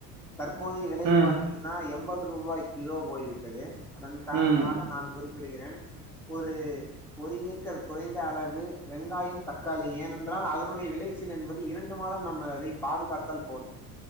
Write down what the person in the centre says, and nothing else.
தற்போதைய விலை
பாத்தீங்கன்னா எண்பது ரூபாய் கிலோ போய்விட்டது அதன் கார்ணமாக
நா குறிப்பிடுகிறேன் ஒரு ஒரு ஏக்கர் குறைந்தளவு வெங்காயம் தக்காளி ஏனென்றால் அதனுடைய விளைச்சல் என்பது இரண்டு மாதம் நம்ம அதை பாதுகாத்தால் போதும்